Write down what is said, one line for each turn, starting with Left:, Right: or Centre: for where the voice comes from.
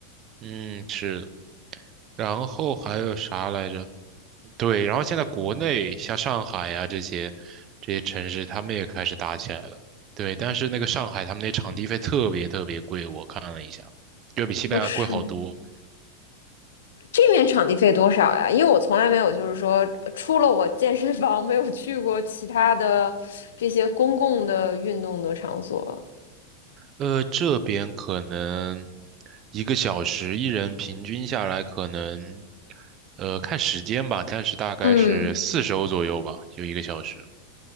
Right: 嗯，是。然后还有啥来着？对，然后现在国内像上海呀、这些这些城市，他们也开始打起来了。对，但是那个上海他们那场地费特别特别贵，我看了一下，就比西班牙贵好多。
Left: 哦，是，这面场地费多少呀？因为我从来没有，就是说，除了我健身房，没有去过其他的这些公共的运动的场所。
Right: 呃，这边可能一个小时，一人平均下来可能，呃，看时间吧，但是大概是四十欧左右吧，
Left: 嗯。
Right: 就一个小时。